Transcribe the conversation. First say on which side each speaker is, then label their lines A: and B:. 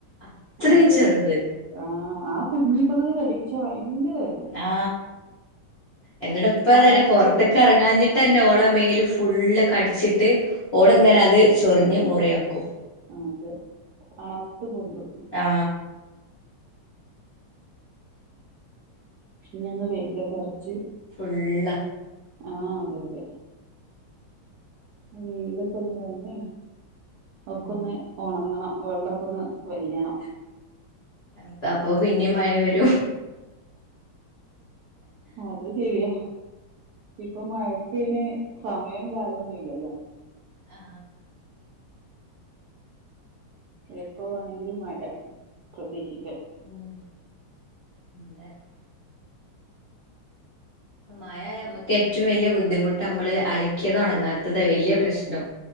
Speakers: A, on the left (about 55°); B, on the right (about 75°).
A: അത്രയും
B: അതെ
A: ചെറുത്
B: അതെ ആഹ് ആ കുഞ്ഞി കൊതുക് കടിച്ച ഭയങ്കര വേദന
A: ആ എന്നിട ഇപ്പ.
B: തണർത്ത്
A: തന്നെ പൊറത്തിട്ട്
B: പൊന്തും
A: ഇറങ്ങാഞ്ഞിട്ട് തന്നെ ഓള് മേല് ഫുള്ള് കടിച്ച് ഓ ഓള്
B: ആഹ്
A: ഇങ്ങനെ അത് ചൊറിഞ്ഞ് മൊത് ഫ്രീ ആകും
B: ആ അതെ തണർത്ത് പൊന്തും
A: ആ
B: ഇഞ് ഒന്ന് വെയിലൊക്കെ അറച്ച്
A: ള്ളാ
B: ആ അതെ അതെ ആ വെയിലൊക്കെ ഒന്ന് വന്നേ ഒക്കെ
A: ഉം
B: ഒന്ന് ഒണങ്ങണം വെള്ളക്കൊന്ന് വലിയണം
A: എത്താപ്പോ പിന്നിം മഴ വെരും
B: ആ അത് ശരിയാ ഇപ്പൊ മഴക്കെയ്ന് സമയം കാലൊന്നും ഇല്ലല്ലോ
A: ആ
B: എപ്പ വേണെങ്കിലും മഴ പ്രതീക്ഷിക്കാം
A: ഉം <unintelligible> മഴ ഞമ്മക്ക് ഏറ്റവും വല്ല്യ ബുദ്ധിമുട്ട് അമ്മൾ അലക്കിയെത് ഒണങ്ങാ ത്തതാ വല്ല്യ പ്രശ്നം